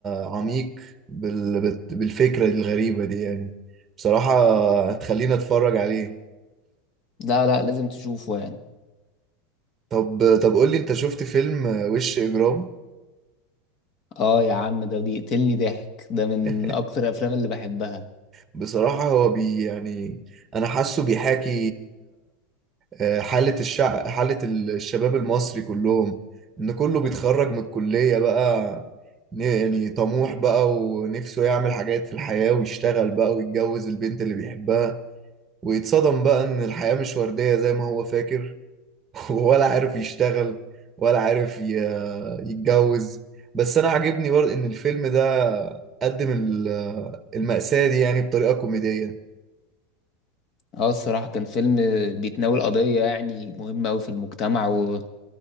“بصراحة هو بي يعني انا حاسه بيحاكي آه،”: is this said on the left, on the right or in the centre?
Right